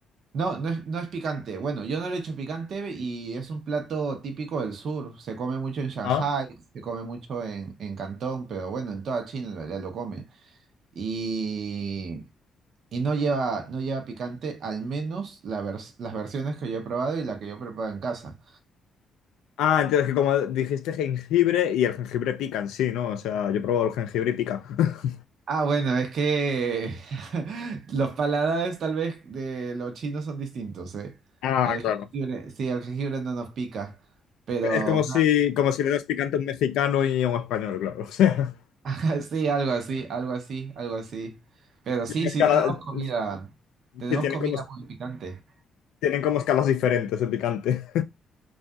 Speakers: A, on the right; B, on the left.
A: no, no es, no es picante. Bueno, yo no le echo picante y es un plato típico del sur. Se come mucho en Shanghái,
B: Ah.
A: se come mucho en, en Cantón, pero bueno, en toda China en realidad lo comen. Y, y no lleva, no lleva picante, al menos la vers- las versiones que yo he probado y la que yo preparo en casa.
B: Ah, entonces que como dijiste jengibre y el jengibre pica en sí, ¿no? O sea, yo he probado el jengibre y pica. <laughs>
A: Ah, bueno, es que <laughs> los paladares tal vez de los chinos son distintos, ¿eh?
B: Ah,
A: El
B: claro.
A: jengibre, sí, el jengibre no nos pica, pero
B: Es como si, como si le das picante a un mexicano y a un español, claro. O sea, <laughs>
A: <laughs> Sí, algo así, algo así, algo así. Pero
B: tienen
A: sí,
B: escala-
A: sí tenemos comida.
B: sí,
A: Tenemos
B: tienen
A: comida
B: como,
A: muy picante.
B: tienen como escalas diferentes de picante.